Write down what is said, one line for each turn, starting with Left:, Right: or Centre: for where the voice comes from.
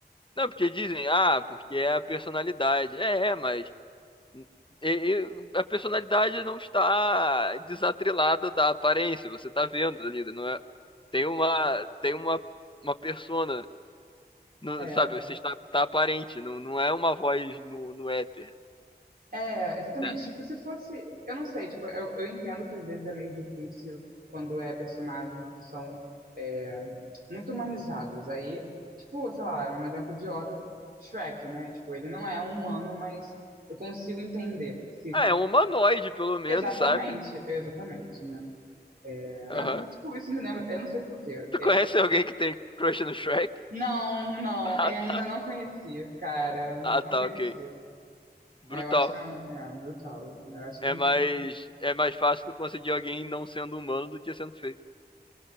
Left: Não, porque dizem, ah, porque é a personalidade. É, é, mas e- e- a personalidade não está desatrelada da aparência. Você tá vendo ali, né? não é? Tem uma, tem uma, uma persona. Não,
Right: É. é.
Left: sabe, você está tá aparente, não, não é uma voz no, no éter,
Right: É, exatamente.
Left: né?
Right: Tipo, se fosse. Eu não sei, tipo, eu, eu entendo que às vezes é meio difícil quando é personagens que são é, muito humanizados. Aí, tipo, sei lá, um exemplo idiota, Shrek, né? Tipo, ele não é um humano, mas eu consigo entender. Se...
Left: Ah, é um humanoide, pelo menos,
Right: Exatamente,
Left: sabe?
Right: exatamente, né? É,
Left: Aham.
Right: mas aí, tipo, isso me lembra. Eu não sei por quê.
Left: Tu
Right: É,
Left: conhece alguém que tem crush no Shrek? <laughs>
Right: não, não,
Left: Ah,
Right: é, ainda
Left: tá.
Right: não conheci, cara.
Left: Ah,
Right: Não
Left: tá,
Right: conheci.
Left: ok. Brutal.
Right: É, eu acho que é, uma- é brutal. Eu acho
Left: É
Right: que
Left: mais, é mais fácil tu conseguir alguém não sendo humano do que sendo feio.